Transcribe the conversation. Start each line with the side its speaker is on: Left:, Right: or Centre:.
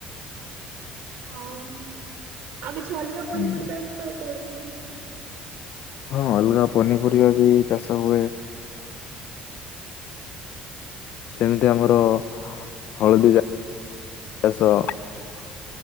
Right: ହଁ ଆଉ କିଛି ଅଲଗା
Left: ହୁଁ
Right: ପନିପରିବାର ତ କରୁଥିଲେ।
Left: ହଁ ଅଲଗା ପନିପରିବା ବି ଚାଷ ହୁଏ। ସେମିତି ଆମର ହଳଦୀ ଚା ଚାଷ।